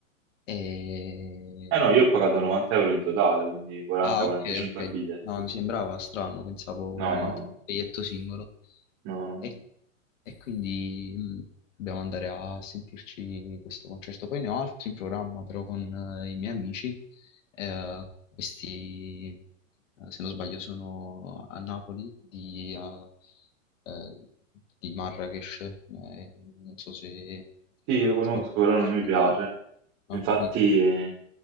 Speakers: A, on the left (about 65°); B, on the right (about 35°).
A: E
B: Eh no, io ho pagato 90 euro in totale, quindi 40-45
A: Ah, ok, ok.
B: a biglietto.
A: No, mi
B: Quindi...
A: sembrava strano, pensavo
B: No,
A: 90
B: no, no,
A: per biglietto singolo.
B: no, no. no.
A: E, e quindi mh, dobbiamo andare a sentirci questo concerto. Poi ne ho altri in programma, però con eh, i miei amici. Eh, questi, eh, se non sbaglio, sono a Napoli di, eh, eh, di Marrakesh. Eh, non so se,
B: Sì, lo conosco,
A: se lo...
B: però non
A: conosci.
B: mi piace.
A: Non
B: Infatti...
A: ho capito.